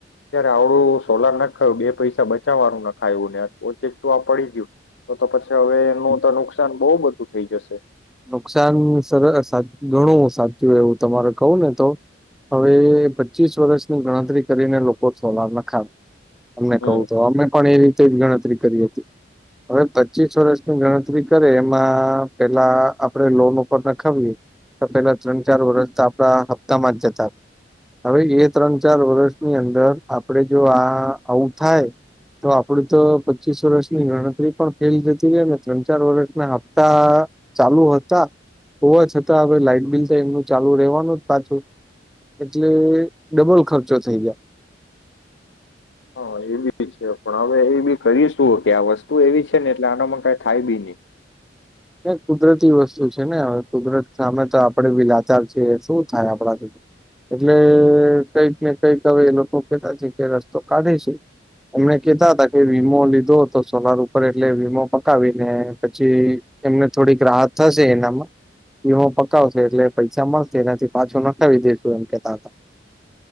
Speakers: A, on the left (about 80°); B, in the centre.
A: ત્યારે આવડું સોલાર નાખાયું બે પૈસા બચાવવાનું નખાયું ને ઓચક તું આ પડી ગયું તો તો પછી હવે એનું તો નુકસાન બહ બધું થઈ જશે.
B: નુકસાન સર ગણું સાચું એવું તમારે કહું ને તો હવે પચીસ વર્ષની ગણતરી કરીને લોકો સોલાર નખાવે. તમેને
A: હમ
B: કહું તો અમે પણ એ રીત તેજ ગણતરી કરી હતી હવે પચીસ વર્ષની ગણતરી કરે એમાં પેલા આપણે લોન ઉપર નખાવીએ તો પેલા ત્રણ ચાર વરષ તો આપડા હપ્તામાં જ જતા હતા હવે એ ત્રણ ચાર વર્ષની અંદર આપણે જો આ આવું થાય તો આપડ તો પચીસ વર્ષની ગણતરી પણ ફેલ જતી ર ને ત્રણ ચાર વર્ષના હપ્તા ચાલુ હતા હોવા છતાં હવે લાઈટ બિલ તો એમનું ચાલુ રેવાનું જ પાછું એટલે ડબલ ખર્ચો થઈ જય.
A: હા એ બી છે પણ હવે એ બી ખરી શું? કે આ વસ્તુ એવી છે ને એટલે આનોમાં ક ખાઈ બી નઈ.
B: એ કુદરતી વસ્તુ છે ને કુદરત સામે તો આપડે બી લાચાર છે શું થાય આપણાથી. એટલે કઈક કઈક એ લોકો કેતા છે કે રસ્તો કાઢે છે એમને કહેતા હતા કે વીમો લીધો હતો સોલાર ઉપર એટલે વીમો પકાવીને પછી એમને થોડીક રાહત થશે એનામાં વીમો પકાવશે એટલે પૈસા મળશે એનાથી પાછો નખાવી દેસુ એમ કેતા હતા.